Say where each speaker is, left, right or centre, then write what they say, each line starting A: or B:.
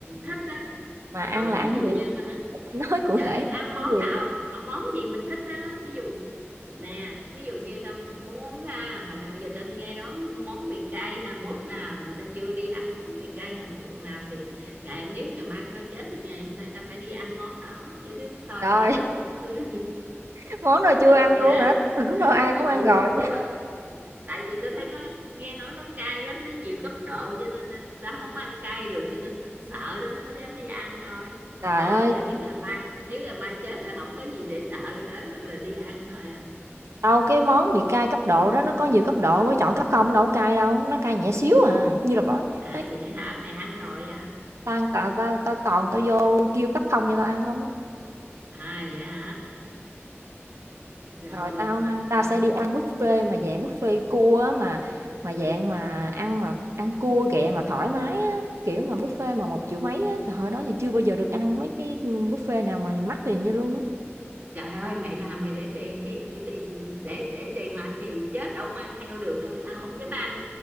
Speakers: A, on the right; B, on the right.
A: thích á
B: Mà ăn
A: rồi
B: là
A: thí
B: ăn
A: dụ
B: gì?
A: như mà
B: Mày phải nói cụ
A: Trời
B: thể
A: ơi, ăn
B: là ăn
A: món
B: gì
A: nào,
B: nè?
A: ờ, món gì mình thích á, thí dụ nè, ví dụ như tao muốn ha, hồi nào giờ tao nghe nói món mì cay Hàn Quốc nè, mà tao chưa đi ăn món mì cay Hàn Quốc lần nào thì ngày nếu ngày mai tao chết thì ngày hôm nay tao phải đi ăn món đó chứ thứ thôi
B: Trời,
A: để tao <laughs> xưa
B: <laughs> món nào chưa ăn
A: vậy
B: luôn
A: đó
B: hả? tôi tưởng đâu ai
A: ừ
B: cũng ăn rồi
A: chưa
B: chứ.
A: tại vì tôi thấy nó nghe nói nó cay lắm nó nhiều cấp độ cho nên là ta không ăn cay được cho nên tôi sợ đó không có dám đi ăn thôi
B: Trời
A: không
B: ơi,
A: bây giờ nếu ngày mai nếu ngày mai chết là không có gì để sợ hết là, là đi ăn thôi à
B: đâu cái món bị cay cấp độ đó nó có nhiều cấp độ, mới chọn cấp không đâu có cay đâu, nó cay nhẹ xíu à, như là bỏ
A: à
B: nói
A: vậy hả mẹ ăn rồi hả
B: "Tao ăn tà tao tao toàn tao vô kêu cấp không cho tao ăn không" á.
A: à vậy hả rồi
B: Rồi tao ha, tao
A: rồi
B: sẽ đi ăn buffet mà dạng buffet cua á mà mà dạng mà ăn mà ăn cua ghẹ mà thoải mái á, kiểu mà buffet mà một triệu mấy á, trời ơi đó giờ chưa bao giờ được ăn mấy cái ừ, buffet nào mà mắc tiền như luôn á.
A: trời ơi mẹ làm mẹ để tiền chứ để tiền để để tiền làm gì chết đâu mang theo được đâu sao không dám ăn